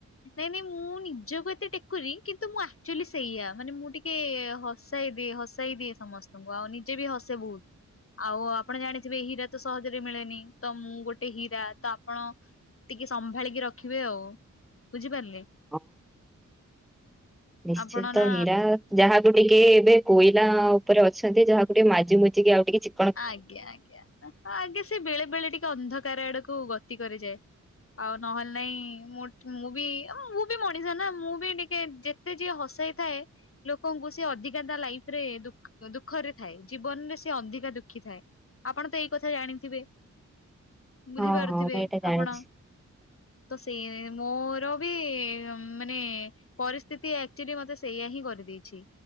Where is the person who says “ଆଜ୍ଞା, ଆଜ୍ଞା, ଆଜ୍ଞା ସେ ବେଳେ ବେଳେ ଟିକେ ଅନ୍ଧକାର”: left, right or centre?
Left